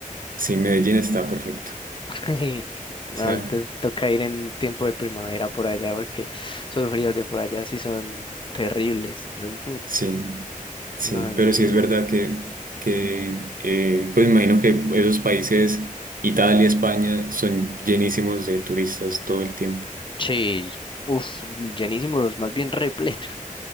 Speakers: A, on the right (about 75°); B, on the left (about 35°).
A: sí, Medellín está perfecto.
B: <laughs> No,
A: O sea,
B: entonces toca ir en tiempo de primavera por allá porque esos fríos de por allá sí son terribles. Yo, mm,
A: sí, sí,
B: no,
A: pero
B: yo,
A: sí
B: yo-
A: es verdad que, que eh, pues imagino que esos países, Italia, España, son llenísimos de turistas todo el tiempo,
B: sí, uf, llenísimos, los más bien repletos